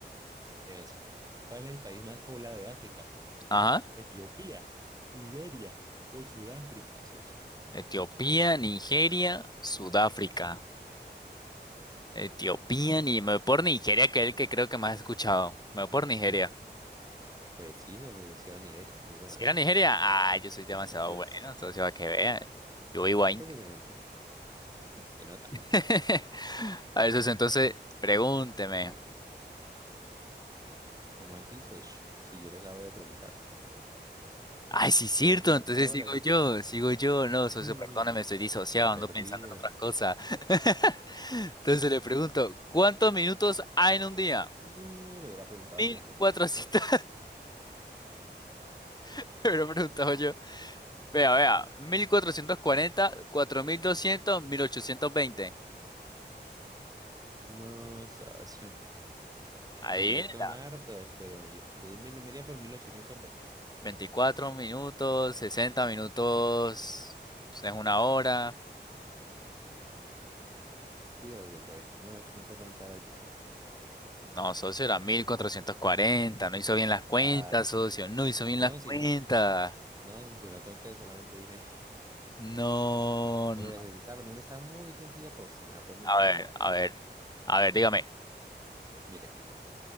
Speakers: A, on the right; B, on the left.
A: <laughs> ves, ¿cuál es el país más poblado de África?
B: Ajá.
A: Etiopía, Nigeria o Sudáfrica, socio.
B: Etiopía, Nigeria, Sudáfrica. Etiopía, ni me voy por Nigeria, que es el que creo que más he escuchado. Me voy por Nigeria.
A: Pues sí, socio, sí era Nigeria, muy buena.
B: Si era Nigeria, ah, yo soy demasiado
A: Entonces,
B: bueno, socio, a que vea. Yo vivo ahí.
A: inteligente, se nota.
B: <laughs> A ver, socio, entonces, pregúnteme.
A: ¿Cómo así, socio? Si yo le acabo de preguntar.
B: Ay, sí, es cierto,
A: Pregúnteme
B: entonces
A: usted ahora,
B: sigo
A: socio.
B: yo, sigo yo. No,
A: <laughs>
B: socio, perdóname, estoy disociado,
A: Está
B: ando
A: perdido.
B: pensando en otras cosas. <laughs> Entonces le pregunto, ¿cuántos minutos hay en un día?
A: No, le hubiera preguntado
B: 1400,
A: yo mejor.
B: <laughs> me lo preguntaba <laughs> yo. Vea, vea, mil mil cuatrocientos cuarenta cuatro mil doscientos mil ochocientos veinte
A: No, socio.
B: Adivínela,
A: Pues yo he quedado en hartos, pero yo, yo me, me iría por 1820.
B: veinticuatro minutos, sesenta minutos, pues, es una hora.
A: Sí, obvio, pues 1820, a ver qué tal.
B: No, socio, era mil cuatrocientos cuarenta no hizo bien las cuentas,
A: Ah,
B: socio, no hizo bien
A: no,
B: las
A: si,
B: cuentas.
A: no, si lo conté, solamente dije. <laughs>
B: No, no.
A: Mira, esa pregunta está muy sencilla para usted, apenita.
B: A ver, a ver, a ver, dígame.
A: Mire,